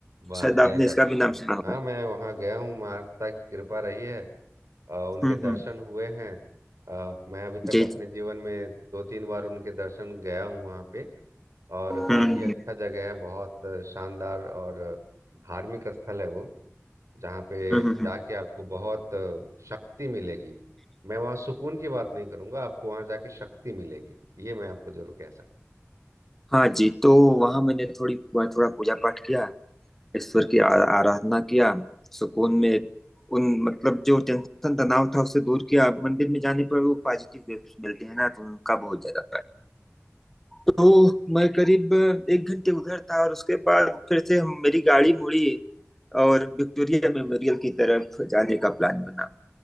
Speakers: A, on the right; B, in the centre.
A: वाह
B: शायद
A: जय
B: आपने
A: काली
B: इसका
A: मैया
B: भी नाम सुना होगा
A: हाँ मैं वहाँ गया हूँ माता की कृपा रही है और उनके
B: हम्म
A: दर्शन
B: हम्म
A: हुए हैं अ, मैं अभी तक
B: जी
A: अपने
B: जी
A: जीवन में दो तीन बार उनके दर्शन गया हूँ वहाँ पे और
B: हम्म
A: काफ़ी
B: हम्म
A: अच्छा जगह है बहुत शानदार और धार्मिक स्थल है वो जहाँ पे
B: हम्म हम्म,
A: जाके
B: हम्म।
A: आपको बहुत अ, शक्ति मिलेगी मैं वहाँ सुकून की बात नहीं करूँगा आपको वहाँ जाके शक्ति मिलेगी ये मैं आपको जरूर कह सकता
B: हाँ जी तो वहाँ मैंने थोड़ी थोड़ा पूजा पाठ किया ईश्वर की आ- आराधना किया सुकून में उन मतलब जो टेंशन तनाव था उसे दूर किया मंदिर में जाने पर वो पॉजिटिव वेव्स मिलते हैं ना तो उनका बहुत ज्यादा तो मैं करीब एक घंटे उधर था और उसके बाद फिर से हम मेरी गाड़ी मुड़ी और विक्टोरिया मेमोरियल की तरफ जाने का प्लान बना